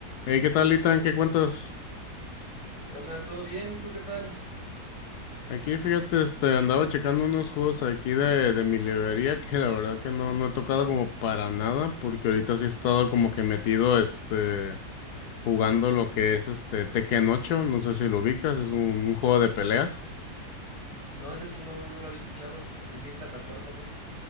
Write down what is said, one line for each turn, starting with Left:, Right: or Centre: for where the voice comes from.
Left: Hey, ¿qué tal, Itan? ¿Qué cuentas?
Right: ¿Qué onda? ¿Todo bien? ¿Tú qué tal?
Left: Aquí, fíjate, este, andaba checando unos juegos aquí de, de mi librería que la verdad que no, no he tocado como para nada, porque ahorita sí he estado como que metido, este, jugando lo que es este Tekken ocho. no sé si lo ubicas, es un, un juego de peleas.
Right: No, ese sí no, no lo había escuchado. ¿En qué plataforma o qué?